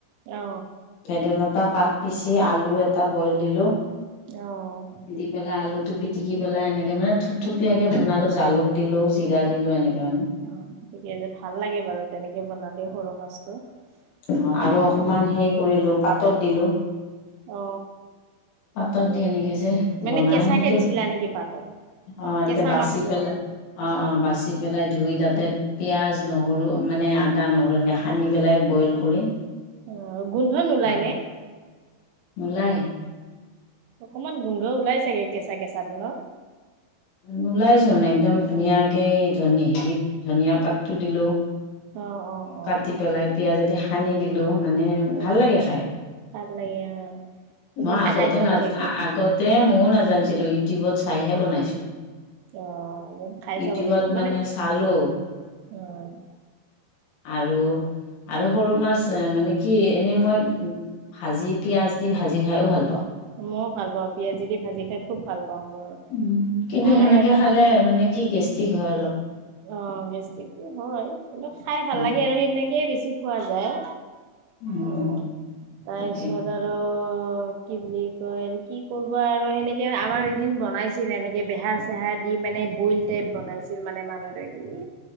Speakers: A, on the right; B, on the left.
A: অ,
B: ভেদাইলতা পাত পিচি আলু এটা বইল দিলো।
A: অ,
B: দি পেলাই আলুতটো পিটিকি পেলাই এনেকে মানে থুপ থুপিয়াকে বনালো জালুক দিলো, জিৰা দিলো এনেকে মানে।
A: অ, ঠিকে আছে ভাল লাগে বাৰু তেনেকে বনালে সৰু মাছটো।
B: অ,
A: উম,
B: আৰু অকমান হেৰি কৰিলো পাতত দিলো।
A: অ,
B: পাতত
A: মানে
B: দি এনেকে যে
A: মানে
B: বনাই
A: কেঁচাকে
B: সেইটো।
A: দিছিলা নেকি পাতত?
B: অ' এনেকে
A: কেঁচা
B: বাচি
A: মাছটো
B: পেলাই অ', অ', বাচি পেলাই ধুই তাতে পিয়াঁজ নহৰু মানে আদা, নহৰু এনেকৈ সানি পেলাই বইল কৰি।
A: অ' গোন্ধ নোলাই
B: ভাপ
A: নে।
B: নোলাই
A: অকমান গোন্ধ ওলাই চাগে কেঁচা কেঁচাটো ন।
B: নোলাইচোন একদম ধুনীয়াকে ধনি হেৰি ধনিয়া পাতটো দিলোঁ।
A: অ', অ'। অ',
B: কাটি পেলাই পিঁয়াজেদি সানি দিলোঁ মানে
A: অ',
B: ভাল লাগে খাই।
A: ভাল লাগে অ'। এদিন
B: মই আগতে
A: খাই চাব
B: নাজ
A: লাগিব।
B: আগতে ময়ো নাজানছিলো ইউটিউবত চাইহে বনাইছো।
A: অ' খাই
B: ইউটিউবত
A: চাব লাগিব মানে,
B: চালো
A: অ'।
B: আৰু আৰু সৰু মাছ মানে কি এনে মই ভাজি পিয়াঁজ দি ভাজি খাইও ভাল পাওঁ।
A: মইও ভাল পাওঁ পিয়াজি দি ভাজি খাই খুব ভাল পাওঁ মই।
B: উম, কিন্তু
A: আৰু
B: সেনেকে
A: এনে
B: খালে মানে কি গেষ্টিক হয় অলপ।
A: অ' গেষ্টিকটো হয় কিন্তু খাই ভাল
B: উম,
A: লাগে আৰু সেইনাকেই বেছি খোৱা যায়।
B: উম,
A: অ' তাৰপিছত
B: তাকে
A: আৰু কি বুলি কয় কি কৰিব আৰু সেনেকৈ আমাৰ এদিন বনাইছিল এনেকৈ বেহাৰ চেহাৰ দি মানে বইল টেপ বনাইছিল মানে মানুহটোই এ